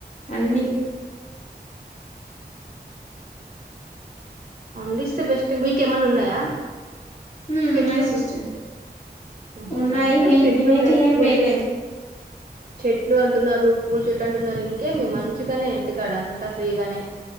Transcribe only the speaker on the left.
అన్ని
ఉమే
ఉన్నాయి సిస్టర్
ఉన్నాయి
మీ
మేమైతే
ఏం
వేయలేదు